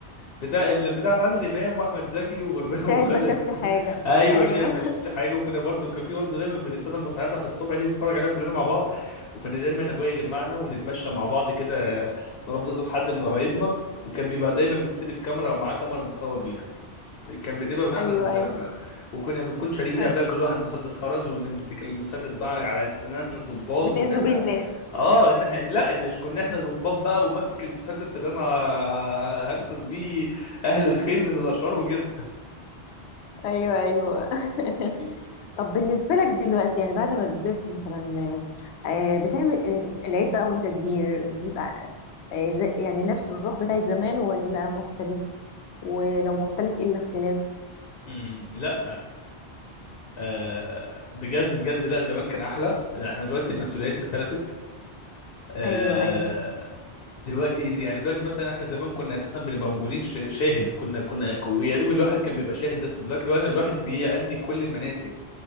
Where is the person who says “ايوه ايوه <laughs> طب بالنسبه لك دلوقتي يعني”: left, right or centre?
Left